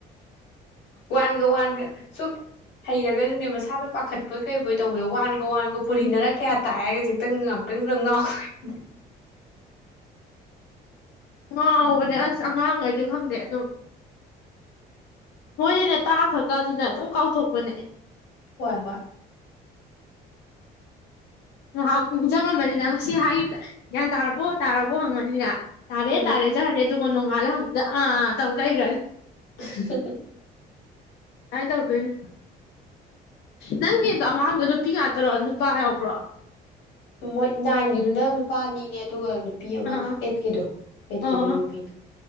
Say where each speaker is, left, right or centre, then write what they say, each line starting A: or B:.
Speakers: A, on the left (about 85°); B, on the left (about 70°).
A: ꯋꯥꯟꯒ ꯋꯥꯟꯒ ꯁꯨꯝ ꯍꯩꯔꯒꯁꯨꯅꯦ꯫ ꯏꯁꯥꯗ ꯄꯥꯈꯠꯄꯣꯏ ꯀꯩꯕꯣꯏ ꯇꯧꯕꯗꯣ ꯋꯥꯟꯒ ꯋꯥꯟꯒ ꯄꯨꯔꯤꯅꯔ ꯀꯌꯥ ꯇꯥꯏꯔꯁꯦꯛꯇꯪ ꯉꯥꯛꯇꯪꯪ ꯉꯥꯎꯗꫭꯏꯅꯤ꯫
B: ꯉꯥꯎꯕꯅ‌ꯦ ꯑꯁ ꯑꯉꯥꯡꯒꯩꯗꯤ ꯈꯪꯗꯦ ꯑꯗꯨꯝ꯫ ꯃꫭꯏꯗꯤꯅ‌ꯦ ꯇꯥꯛꯈꯔꯒ ꯑꯗꯨꯝ ꯀꯥꯎꯊꯣꯛꯄꯅꯦ꯫
A: ꯍꯣꯏ ꯍꯣꯏ꯫
B: ꯉꯥꯏꯍꯥꯛ ꯅꯤꯡꯁꯤꯡꯉꯝꯃꯅꯤꯅ ꯉꯁꯤ ꯍꯥꯏꯈꯤꯕꯗ ꯒ꯭ꯌꯥꯟ ꯇꯥꯔꯕꯣ ꯇꯥꯔꯕꯣ ꯍꯪꯉꯅꯤꯅ꯫ ꯇꯔꯦ
A: ꯎꯝ
B: ꯇꯔꯦ ꯆꯠꯈꯅꯤ꯫ ꯑꯗꯨꯒ ꯅꯣꯡꯉꯥꯜꯂ ꯍꯪꯕꯗ ꯑꯥ ꯇꯧꯔ ꯂꯩꯒ꯭ꯔꯥꯅꯤ꯫
A: ꯑꯍꯥ ꯍꯥ ꯍꯥ
B: ꯃꯥꯟ ꯇꯧꯗꯣꯏꯅꯤ ꯅꯪꯒꯤꯗꯣ ꯑꯉꯥꯡꯗꯣ ꯅꯨꯄꯤ ꯉꯥꯛꯇꯔꯣ ꯅꯨꯄꯥ ꯌꯥꯎꯕ꯭ꯔꯣ꯫
A: ꯃꯣꯏ ꯅꯥꯏꯟꯒꯤꯗꯨꯅ ꯅꯨꯄꯥ ꯑꯅꯤꯅꯦ ꯑꯗꯨꯒ꯫ ꯅꯨꯄꯤ ꯑꯃꯒ
B: ꯑꯥ
A: ꯑꯦꯠꯀꯤꯗꯣ ꯑꯦꯠꯀꯤꯗꯨꯅ
B: ꯑꯣ
A: ꯅꯨꯄꯤꯅ꯫